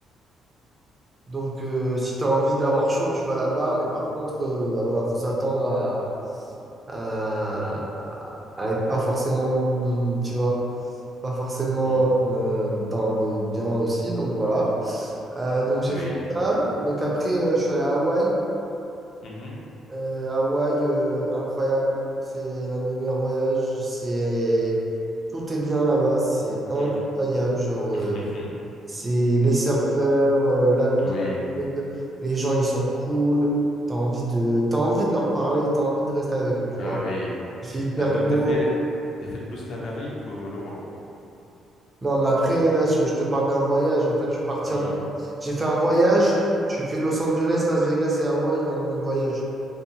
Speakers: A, on the right; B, on the left.
A: Donc, euh, si tu as envie d'avoir chaud, tu vas là-bas. Mais par contre, euh, ben, voilà, faut s'attendre à, à...
B: Mhm,
A: à être pas forcément, tu vois, pas forcément
B: mhm.
A: euh, dans le bien aussi. Donc, voilà. Euh, donc, j'ai
B: Oui,
A: fait
B: j'imagine.
A: ça. Donc, après, euh, je suis allé à Hawaï.
B: Mhm,
A: Euh, Hawaï, euh, incroyable. C'est l'un de mes meilleurs voyages. C'est... Tout est bien là-bas. C'est incroyable.
B: mhm.
A: Genre,
B: <laughs>
A: euh, c'est les surfeurs, euh, la good
B: Oui,
A: vibe. Les gens, ils sont cool. T'as envie de... T'as envie de leur parler. T'as envie de rester avec eux, tu
B: ah
A: vois.
B: oui.
A: Il fait hyper
B: Ah, donc
A: beau.
B: t'as fait t'as fait plus l'Amérique que l'Europe, quoi.
A: Non, mais après, là, je, je te parle d'un voyage. En fait, je suis parti
B: Mhm.
A: un peu... par- J'ai fait un voyage. J'ai fait Los Angeles, Las Vegas et Hawaï dans le même voyage.